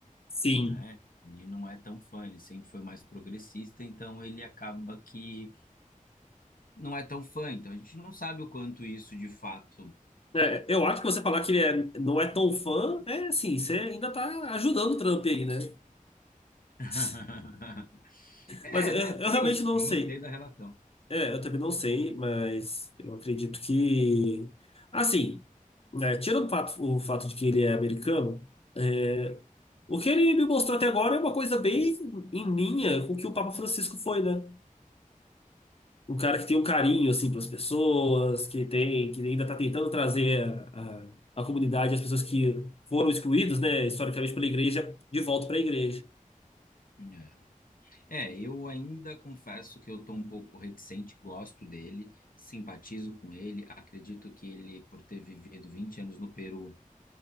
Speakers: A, on the left; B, on the left.
A: sim.
B: né? Ele não é tão fã, ele sempre foi mais progressista, então ele acaba que não é tão fã, então a gente não sabe o quanto isso de fato.
A: É, eu acho que você falar que ele é- não é tão fã, é assim, você ainda tá ajudando o Trump aí, né?
B: <laughs>
A: <laughs>
B: É,
A: Mas eu, eu
B: né? Porque
A: realmente
B: é isso,
A: não
B: eu
A: sei.
B: não sei da relação.
A: É, eu também não sei, mas eu acredito que. Assim, né, tirando o fato, o fato de que ele é americano. é, O que ele me mostrou até agora é uma coisa bem em linha com o que o Papa Francisco foi, né? Um cara que tem um carinho, assim, pelas pessoas, que tem, que ainda está tentando trazer a, a, a comunidade, as pessoas que foram excluídas, né, historicamente pela igreja, de volta para a igreja.
B: É, É, eu ainda confesso que eu tô um pouco reticente, gosto dele, simpatizo com ele, acredito que ele, por ter vivido 20 anos no Peru